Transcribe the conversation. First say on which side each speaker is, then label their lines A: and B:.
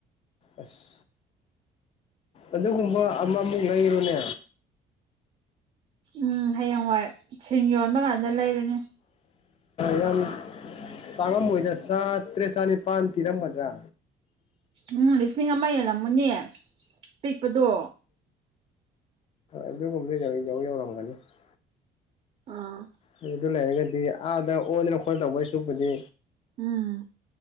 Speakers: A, on the left; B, on the right.
A: ꯑꯁ ꯑꯗꯨꯒꯨꯝꯕ ꯑꯃꯃꯨꯛ ꯂꯩꯔꯣꯅꯦ
B: ꯎꯝ ꯍꯌꯦꯡꯋꯥꯏ ꯁꯤꯡ ꯌꯣꯟꯕ ꯀꯥꯟꯗ ꯂꯩꯔꯨꯅꯤ
A: ꯌꯥꯝ ꯇꯥꯡꯉꯃꯣꯏꯗ ꯆꯥ ꯇ꯭ꯔꯦꯠ ꯆꯥꯅꯤꯄꯥꯟ ꯄꯤꯔꯝꯒꯗ꯭ꯔꯥ
B: ꯎꯝ ꯂꯤꯁꯤꯡ ꯑꯃ ꯍꯦꯜꯂꯝꯃꯅꯦ ꯄꯤꯛꯄꯗꯣ
A: ꯑꯗꯨꯒꯨꯝ ꯂꯩꯖ ꯌꯥꯎ ꯌꯥꯎꯔꯝ ꯒꯅꯤ <unintelligible>
B: ꯑꯥ
A: ꯑꯗꯨ ꯑꯗꯨ ꯂꯩꯔꯒꯗꯤ ꯑꯥꯗ ꯑꯣꯗꯅ ꯈꯣꯠꯇꯅ ꯇꯧꯗꯣꯏ ꯁꯔꯨꯄꯨꯗꯤ
B: ꯎꯝ